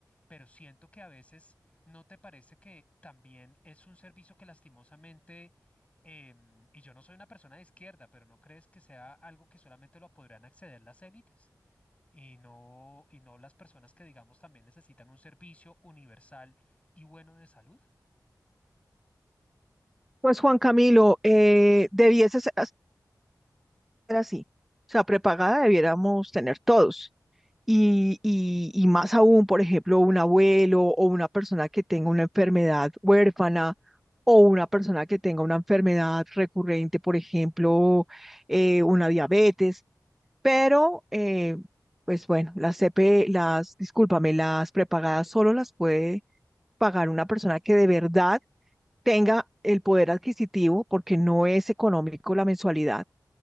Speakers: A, on the left (about 20°); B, in the centre.
A: Pero siento que a veces no te parece que también es un servicio que lastimosamente, em, y yo no soy una persona de izquierda, pero ¿no crees que sea algo que solamente lo podrán acceder las élites? y no, y no las personas que, digamos, también necesitan un servicio universal y bueno de salud.
B: Pues Juan Camilo, eh, debieses ser así. O sea, prepagada debiéramos tener todos. Y, y, y más aún, por ejemplo, un abuelo o una persona que tenga una enfermedad huérfana o una persona que tenga una enfermedad recurrente, por ejemplo, eh, una diabetes. Pero, eh, pues bueno, las CP, las, discúlpame, las prepagadas solo las puede pagar una persona que de verdad tenga el poder adquisitivo, porque no es económico la mensualidad